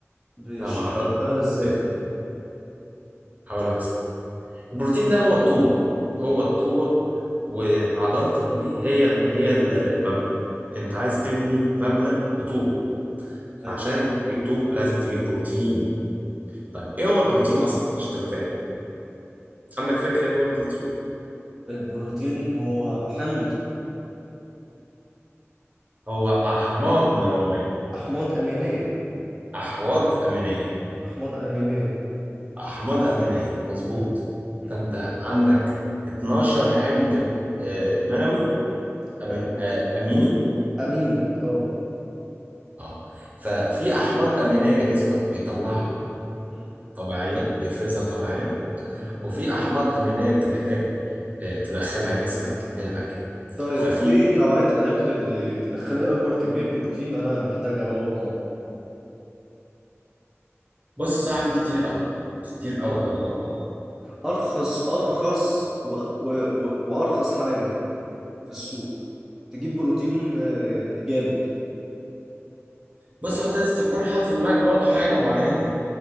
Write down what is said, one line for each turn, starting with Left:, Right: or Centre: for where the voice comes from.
Centre: بيشتغل
Right: لما عضلتك
Centre: ازاي
Right: ب- هقول لك صح البروتين ده هو الطوبه هو الطوبه وعضلتك دي هي هي ال- المبنى انت عايز تبني مبنى بطوب فعشان
Centre: ايوه
Right: تجيب طوب لازم تجيب بروتين طيب ايه هو البروتين اصلا عشان تبقى فاهم عندك فكره ايه هو البروتين
Centre: البروتين هو حمض
Right: هو احماض نوويه
Centre: احماض امينيه
Right: احواض امينيه
Centre: احماض امينيه
Right: احماض امينيه مظبوط
Centre: مم. مم.
Right: فانت عندك 12 حمض آه، منوي أمين
Centre: آه،
Right: آه، اميني
Centre: اميني اه
Right: اه ففي احماض امينيه جسمك بيطلعها
Centre: مم.
Right: طبيعيا بيفرزها طبيعيا
Centre: مم.
Right: وفي احماض امينيه انت محتاج آه، تدخلها جسمك من الاكل
Centre: طيب
Right: ففي
Centre: ايه نوعية الاكل اللي تدخل لي اكبر كمية بروتين انا محتاجها وانا بتمرن
Right: بص يا صاحبي كتير قوي كتير قوي قوي قوي قوي
Centre: ارخص ارخص و... و... و... وارخص حاجة في السوق تجيب بروتين آه، جامد
Right: بص هو انت لازم تكون حاطط في دماغك برضه حاجه معينه